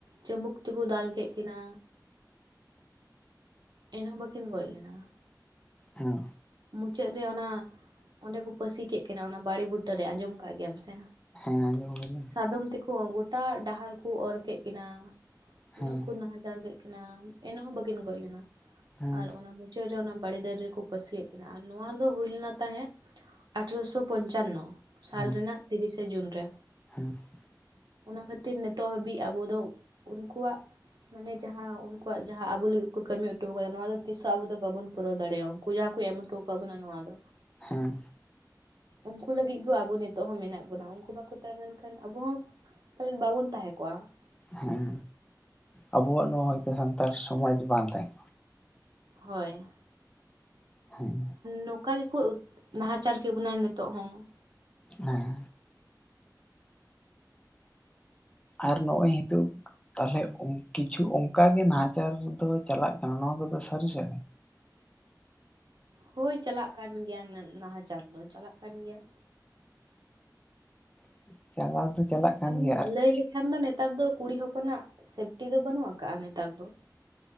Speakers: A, on the right (about 80°); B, on the left (about 15°).
A: ᱪᱟᱹᱢᱵᱩᱠ ᱛᱮᱠᱚ ᱫᱟᱞ ᱠᱮᱫ ᱠᱤᱱᱟ, ᱮᱱᱦᱚᱸ ᱵᱟᱹᱠᱤᱱ ᱜᱚᱡ ᱞᱮᱱᱟ ᱾
B: ᱦᱮᱸ ᱾
A: ᱢᱩᱪᱟᱹᱫ ᱨᱮ ᱚᱱᱟ ᱚᱸᱰᱮ ᱠᱚ ᱯᱟᱹᱥᱤ ᱠᱮᱜ ᱠᱤᱱᱟ ᱚᱱᱟ ᱵᱟᱸᱲᱮ ᱵᱩᱴᱟᱹᱨᱮ ᱟᱸᱡᱚᱢ ᱠᱟᱜ ᱜᱮᱭᱟᱢ ᱥᱮ?
B: ᱦᱮᱸ ᱟᱸᱡᱚᱢ ᱠᱟᱹᱫᱟᱹᱧ ᱾
A: ᱥᱟᱫᱚᱢ ᱛᱮᱠᱚ ᱜᱚᱴᱟ ᱰᱟᱦᱟᱨ ᱠᱚ ᱚᱨ ᱠᱮᱜ ᱠᱤᱱᱟ
B: ᱦᱮᱸ
A: ᱩᱱᱟᱹᱜ ᱠᱚ ᱱᱟᱦᱟ ᱪᱟᱨ ᱠᱮᱜ ᱠᱤᱱᱟ ᱮᱱ ᱦᱚᱸ ᱵᱟᱹᱠᱤᱱ ᱜᱚᱡ ᱞᱮᱱᱟ
B: ᱦᱮᱸ
A: ᱟᱨ ᱚᱱᱟ ᱢᱩᱪᱟᱹᱫ ᱨᱮ ᱚᱱᱟ ᱵᱟᱸᱲᱮ ᱫᱟᱨᱮ ᱨᱮᱠᱚ ᱯᱟᱹᱥᱤ ᱠᱮᱜ ᱠᱤᱱᱟ ᱟᱨ ᱱᱚᱣᱟ ᱫᱚ ᱦᱩᱭ ᱞᱮᱱᱟ ᱛᱟᱦᱮᱸᱫ ᱟᱴᱷᱨᱚᱥᱚ ᱯᱚᱧᱪᱟᱱᱱᱚ ᱥᱟᱞ
B: ᱦᱮᱸ
A: ᱨᱮᱱᱟᱜ ᱛᱤᱨᱤᱥᱚ ᱡᱩᱱ ᱨᱮ ᱾
B: ᱦᱮᱸ ᱾
A: ᱚᱱᱟ ᱠᱷᱟᱹᱛᱤᱨ ᱱᱤᱛᱚᱜ ᱦᱟᱹᱵᱤᱡ ᱟᱵᱚ ᱫᱚ ᱩᱱᱠᱩᱣᱟᱜ ᱢᱟᱱᱮ ᱡᱟᱦᱟᱸ ᱩᱱᱠᱩᱣᱟᱜ ᱡᱟᱦᱟᱸ ᱟᱵᱚ ᱞᱟᱹᱜᱤᱫ ᱠᱚ ᱠᱟᱹᱢᱤ ᱦᱚᱴᱚ ᱠᱟᱫᱟ ᱱᱚᱣᱟ ᱫᱚ ᱛᱤᱥᱦᱚ ᱟᱵᱚ ᱫᱚ ᱵᱟᱵᱚᱱ ᱯᱩᱨᱟᱹᱣ ᱫᱟᱲᱮᱭᱟᱜᱼᱟ ᱩᱱᱠᱩ ᱡᱟᱦᱟᱸ ᱠᱚ ᱮᱢ ᱴᱚᱠᱟᱜ ᱵᱚᱱᱟ ᱱᱚᱣᱟ ᱫᱚ ᱾
B: ᱦᱮᱸ ᱾
A: ᱩᱝᱠᱩ ᱞᱟᱹᱜᱤᱫ ᱜᱳ ᱟᱵᱚ ᱱᱤᱛᱚᱜ ᱦᱚᱸ ᱢᱮᱱᱟᱜ ᱵᱚᱱᱟ ᱩᱝᱠᱳ ᱵᱟᱠᱚ ᱛᱟᱸᱦᱮ ᱞᱮᱱᱠᱷᱟᱱ ᱟᱵᱚ ᱦᱚᱸ ᱯᱟᱞᱮᱱ ᱵᱟᱵᱚᱱ ᱛᱟᱦᱮᱸ ᱠᱚᱜᱼᱟ ᱾
B: ᱦᱮᱸ ᱟᱵᱚᱣᱟᱜ ᱱᱚᱣᱟ ᱦᱚᱭᱛᱚ ᱥᱟᱱᱛᱟᱲ ᱥᱚᱢᱟᱡᱽ ᱵᱟᱝ ᱛᱟᱦᱮᱸ
A: ᱦᱳᱭ ᱾
B: ᱦᱮᱸ ᱾
A: ᱱᱚᱝᱠᱟ ᱜᱮᱠᱚ ᱱᱟᱦᱟᱪᱟᱨ ᱠᱮᱵᱚᱱᱟ ᱱᱤᱛᱚᱜ ᱦᱚᱸ ᱾
B: ᱦᱮᱸ ᱾ ᱟᱨ ᱱᱚᱜᱼᱚᱭ ᱦᱮᱛᱚᱜ ᱛᱟᱦᱞᱮ ᱠᱤᱪᱷᱩ ᱚᱝᱠᱟᱜᱮ ᱱᱟᱦᱟᱪᱟᱨ ᱫᱚ ᱪᱟᱞᱟᱜ ᱠᱟᱱᱟ ᱱᱚᱣᱟ ᱠᱚᱫᱚ ᱥᱟᱹᱨᱤ ᱥᱮ ᱮᱲᱮ?
A: ᱦᱳᱭ ᱪᱟᱞᱟᱜ ᱠᱟᱱ ᱜᱮᱭᱟ ᱱᱟᱦᱟᱪᱟᱨ ᱫᱚ ᱪᱟᱞᱟᱜ ᱠᱟᱱ ᱜᱮᱭᱟ ᱾
B: <unintelligible> ᱪᱟᱞᱟᱣ ᱫᱚ ᱪᱟᱞᱟᱜ
A: ᱢᱟᱱᱮ
B: ᱠᱟᱱ ᱜᱮᱭᱟ ᱟᱨ
A: ᱞᱟᱹᱭ
B: ᱠᱤᱪᱷᱩ
A: ᱞᱮᱠᱷᱟᱱ ᱫᱚ ᱱᱮᱛᱟᱨ ᱫᱚ ᱠᱩᱲᱤ ᱦᱚᱯᱚᱱᱟᱜ ᱥᱮᱯᱴᱤ ᱫᱚ ᱵᱟᱹᱱᱩᱜ ᱠᱟᱜᱼᱟ ᱱᱮᱛᱟᱨ ᱫᱚ ᱾